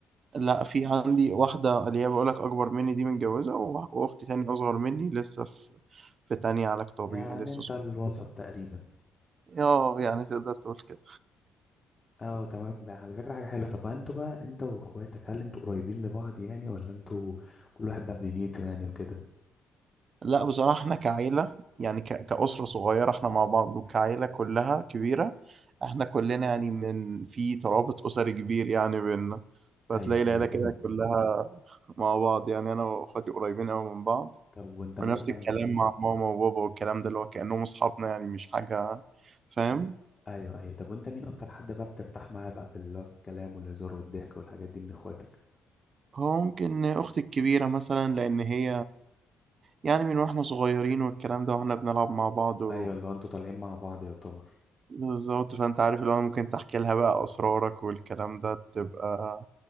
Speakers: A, on the right; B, on the left.
A: لا في عندي واحدة اللي هي بقولك أكبر مني دي متجوزة وأخ- وأختي تاني أصغر مني لسه في في تانية علاج طبيعي
B: يعني
A: لسه
B: انت
A: صغيرة
B: الوسط تقريبا
A: اه يعني تقدر تقول كده
B: اه تمام ده على فكرة حاجة حلوة طب انتوا بقى انت واخواتك هل انتوا قريبين لبعض يعني ولا انتوا كل واحد بقى بدنيته يعني وكده
A: لا بصراحة احنا كعيلة يعني ك- كأسرة صغيرة احنا مع بعض وكعيلة كلها كبيرة احنا كلنا يعني من في ترابط أسري كبير يعني بينا فتلاقي
B: ايوه
A: العيلة
B: ايوه
A: كده
B: فاهم
A: كلها مع بعض يعني أنا وأخواتي قريبين أوي من بعض
B: طب وانت
A: ونفس
B: مثلا
A: الكلام مع ماما وبابا والكلام ده اللي هو كأنهم أصحابنا يعني مش حاجة فاهم
B: ايوه ايوه طب وانت مين اكتر حد بقى بترتاح معاه بقى في ال- في الكلام والهزار والضحك والحاجات دي من اخواتك
A: هو ممكن أختي الكبيرة مثلا لأن هي يعني من واحنا صغيرين والكلام ده واحنا بنلعب مع بعض و...
B: ايوه اللي هو انتوا طالعين مع بعض يعتبر
A: بالظبط فأنت عارف اللي هو ممكن تحكي لها بقى أسرارك والكلام ده تبقى